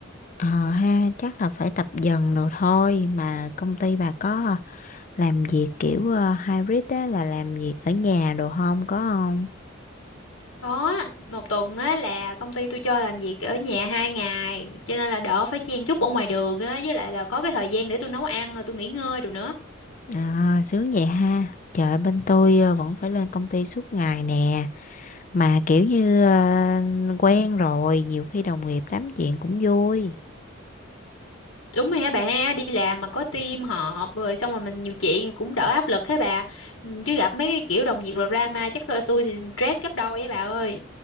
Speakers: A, on the left; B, on the left.
A: Ờ ha, chắc là phải tập dần rồi thôi mà công ty bà có làm việc kiểu ờ, hybrid á là làm việc ở nhà đồ không có không?
B: Có, một tuần á là công ty tôi cho làm việc ở nhà hai ngày, cho nên là đỡ phải chen chúc ở ngoài đường á, với lại là có cái thời gian để tôi nấu ăn rồi tôi nghỉ ngơi rồi nữa.
A: À, sướng vậy ha. Trời bên tôi ờ, vẫn phải lên công ty suốt ngày nè mà kiểu như ờ, quen rồi nhiều khi đồng nghiệp tám chuyện cũng vui.
B: Đúng rồi hả bà ha, đi làm mà có team họp rồi xong rồi mình nhiều chuyện cũng đỡ áp lực hả bà. Ừ, Chứ gặp mấy cái kiểu đồng nghiệp rồi drama chắc là tôi thì stress gấp đôi á bà ơi.